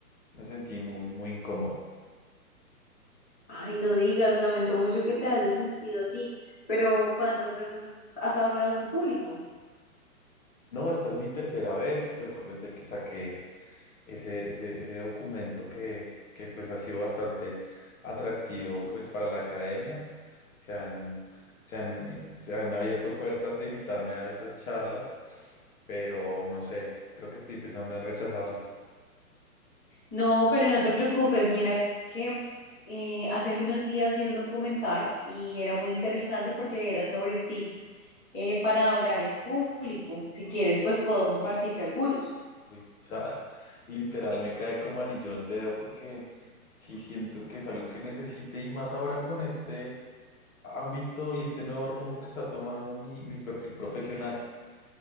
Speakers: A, on the left; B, on the left.
A: Me sentí muy, muy incómodo.
B: Ay, no digas, lamento mucho que te hayas sentido así, pero ¿cuántas veces has hablado en público?
A: No, esta es mi tercera vez, pues desde que saqué ese, ese, ese documento que, que pues ha sido bastante atractivo pues para la academia. Se han, se han, eh, se han abierto puertas de invitarme a dar esas charlas, pero no sé, creo que estoy pensando en rechazarlas.
B: No, pero no te preocupes, mira que eh, hace algunos días vi un documental y era muy interesante porque era sobre tips eh, para hablar en público. Si quieres, pues puedo compartirte algunos.
A: Uy, o sea, <laughs> literal me cae como anillo al dedo porque sí siento que es algo que necesite y más ahora con este ámbito y este nuevo rumbo que está tomando mi, mi perfil profesional,